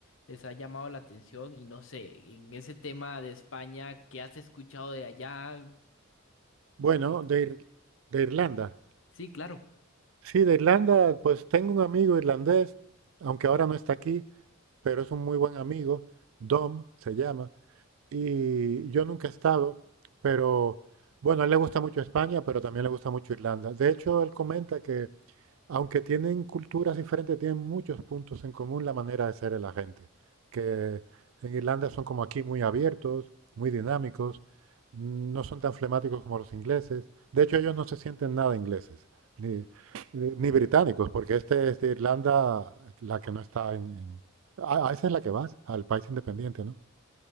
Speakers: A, on the left; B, on the right.
A: les ha llamado la atención y no sé, en ese tema de España, ¿qué has escuchado de allá?
B: Bueno,
A: Por si...
B: de, Ir- de Irlanda.
A: Sí, claro.
B: Sí, de Irlanda, pues tengo un amigo irlandés, aunque ahora no está aquí, pero es un muy buen amigo, Dom se llama, y yo nunca he estado, pero bueno, a él le gusta mucho España, pero también le gusta mucho Irlanda. De hecho, él comenta que Aunque tienen culturas diferentes, tienen muchos puntos en común la manera de ser de la gente. Que en Irlanda son como aquí muy abiertos, muy dinámicos, no son tan flemáticos como los ingleses. De hecho, ellos no se sienten nada ingleses, ni, ni- ni británicos, porque este es de Irlanda, la que no está en... en- Ah, ah, esa es la que vas, al país independiente, ¿no?